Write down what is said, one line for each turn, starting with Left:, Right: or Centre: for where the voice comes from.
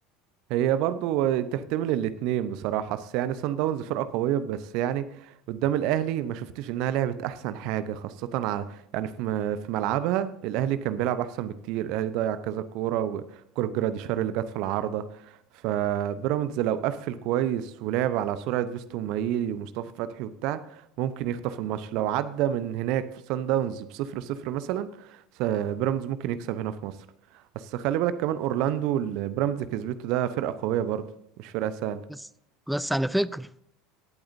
Right: هي برضو تحتمل الاتنين بصراحة بس يعني سان داونز فرقة قوية بس يعني قدام الأهلي ما شفتش إنها لعبت أحسن حاجة خاصة على يعني في م- في ملعبها الأهلي كان بيلعب أحسن بكتير الأهلي ضيع كذا كورة وكورة جراديشار اللي جت في العارضة فبيراميدز لو قفل كويس ولعب على سرعة فيستو مايلي ومصطفى فتحي وبتاع ممكن يخطف الماتش لو عدى من هناك في سان داونز بصفر صفر مثلا س- بيراميدز ممكن يكسب هنا في مصر بس خلي بالك كمان اورلاندو اللي بيراميدز كسبته ده فرقة قوية برضو مش فرقة سهلة
Centre: بس بس على فكرة